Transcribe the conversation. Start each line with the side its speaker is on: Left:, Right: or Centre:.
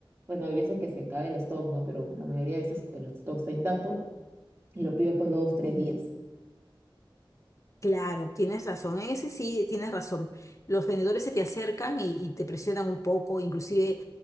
Right: bueno, hay veces que se cae el stock, ¿no? Pero la mayoría de veces pues, el stock está intacto y lo pido después de dos, tres días.
Left: Claro, tienes razón. En ese sí tienes razón. Los vendedores se te acercan y, y te presionan un poco, inclusive